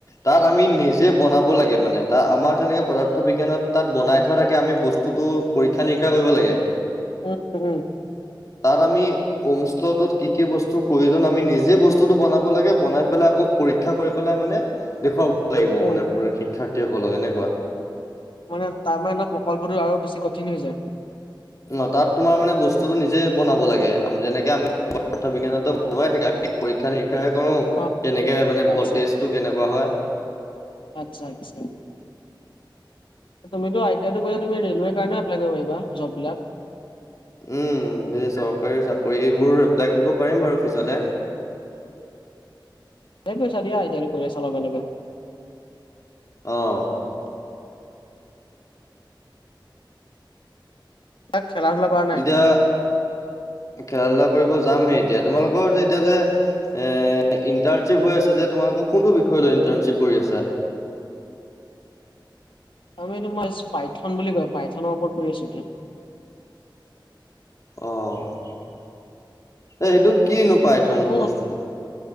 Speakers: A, on the left; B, on the left.
A: তাত আমি নিজে বনাব লাগে মানে ত আমাৰ যেনেকে পদাৰ্থ বিজ্ঞানত তাত বনাই থোৱা থাকে আমি বস্তুটোৰ পৰীক্ষা নিৰীক্ষা কৰিব লাগে।
B: উম, উম,
A: তাত আমি ওম শ্লটোত কি কি বস্তুৰ প্ৰয়োজন আমি নিজে বস্তুটো বনাব লাগে বনাই পেলাই আকৌ পৰীক্ষা কৰি পেলাই মানে, দেখুৱাব লাগিব
B: উম
A: মানে প শিক্ষাৰ্থীসকলক এনেকুৱা।
B: মানে তাৰ মানে প্ৰকল্পটোো আৰু বেছি কঠিন হৈ যায়?
A: ন তাত তোমাৰ মানে বস্তুতটো নিজে বনাব লাগে আ যেনেকে আমি <inaudible> বিজ্ঞানতো বনুৱাই থাকে। পৰীক্ষা নিৰীক্ষা হে কৰো
B: অ
A: কেনেকে মানে
B: আচ্ছা
A: ভল্টেজটো কেনেকুৱা হয়,
B: আচ্ছা আচ্ছা। তুমিতটো আইডিয়াতটো কছ তুমি ৰেলৱৰ কাৰণে এপ্লাই কৰিব পাৰা জ'ব বিলাক।
A: উম, এই চৰকাৰী চাকৰি এইবোৰ এপ্লাই কৰিব পাৰিম বাৰু পিছলে।
B: সেই পইচাদিয়া এতিয়া পৰিয়াল চলাব লাগে।
A: অ'।
B: তাক খেলা ধূলা কৰা নাই
A: এতিয়া খেলা ধুলা কৰিব যামহি এতিয়া, তোমালোকৰ যে এতিয়া যে এ, ইণ্টাৰ্ণশ্বিপ হৈ আছে যে তোমালোকৰ, কোনটো বিষয় লৈ ইণ্টাৰ্ণশ্বিপ কৰি আছা?
B: আমি তোমাৰ স্পাইথন বুলি কয়, পাইথনৰ ওপৰত কৰি আছোঁ এতিয়া।
A: অ'। এ, সেইটো কিনো? পাইথন
B: তাতো
A: বস্তুটো